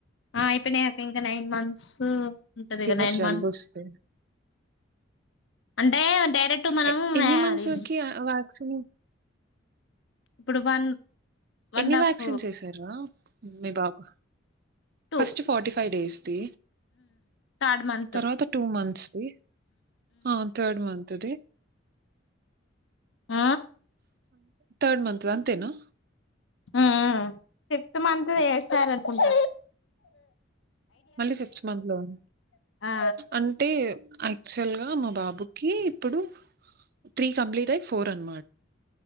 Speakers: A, on the left; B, on the right.
A: అయిపోనా ఇంకా నైన్ మంత్ సో ఉంటది
B: ఫీవర్,
A: కదా నైన్
B: జలుబొస్తే
A: మంత్ అంటే డైరెక్ట్ మనం
B: ఎ ఎన్ని మంత్స్‌కి
A: అది
B: ఆ వ్యాక్సిన్
A: ఇప్పుడు వన్ వన్
B: ఎన్ని
A: హాఫ్
B: వ్యాక్సిన్స్ వేసరా మీ బాబు
A: టూ
B: ఫస్ట్ ఫోర్టీ ఫ ఫైవ్ డేస్ కి
A: థర్డ్ మంత్
B: తర్వాత టూ మంత్స్ కి హా థర్డ్ మంత్ తది
A: ఆ
B: థర్డ్ మంత్ అంతేనా
A: ఆ ఫిఫ్త్ మంత్ ఏస్తార కుంట
B: మళ్ళీ ఫిఫ్త్ మంత్ లో ఉ
A: ఆ
B: అంటే యాక్చువల్ గా మా బాబు క ఇప్పుడు త్రీ కంప్లీట్ ఆయి ఫోర్ అన్న